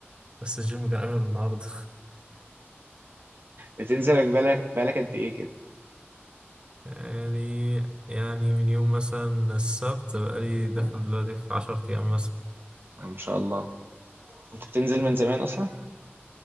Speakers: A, on the right; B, on the right.
A: بس الجيم كان قافل النهارده
B: بتنزلك بالك بالك قد ايه كده
A: <laughs> بقالي يعني من يوم مثلا السبت بقالي داخل دلوقتي في عشرة أيام مثلا
B: آه، ما شاء الله كنت بتنزل من زمان اصلا